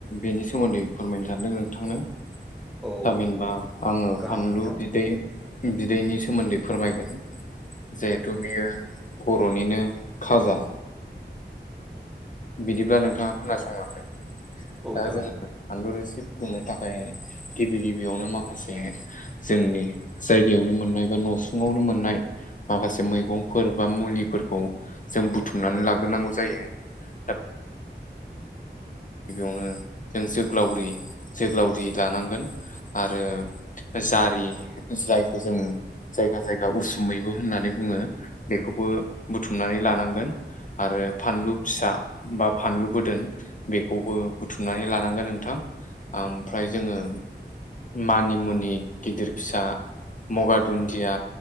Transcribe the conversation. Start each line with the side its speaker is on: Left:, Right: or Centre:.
Left: बेनि सोमोन्दै फोरमायनो सानदों नोंथांनो।
Centre: औ
Left: थामिनबा आङो
Centre: गाहाम
Left: फानलु
Centre: नोंथां
Left: बिदै बिदैनि सोमोन्दै फोरमायगोन जिहेथु बियो बर'निनो खाजा। बिदिब्ला नोंथाङा खोनासंलांदों
Centre: औ
Left: दा
Centre: जागोन
Left: जोङो
Centre: नोंथां
Left: फानलु रोसि फुदुंनो थाखाय गिबि गिबियावनो माखासे जोंनि जायगायावनो मोननाय बा न'सुंङावनो मोन माखासे मैगंफोर बा मुलिफोरखौ जों बुथुमनानै लाग्रोनांगौ जायो। <inaudible> गिबियावनो जों जोग्लावरि जोग्लावरि लानांगोन आरो जारि जायखौ जों जायगा जायगा उसुमैबो होननानै बुङो बेखौबो बुथुमनानै लानांगोन। आरो फानलु फिसा बा फानलु बोदोन बेखौबो बुथुमनानै लानांगोन नोंथां ओमफ्राय जोङो मानि मुनि गिदिर फिसा मगा दुन्दिया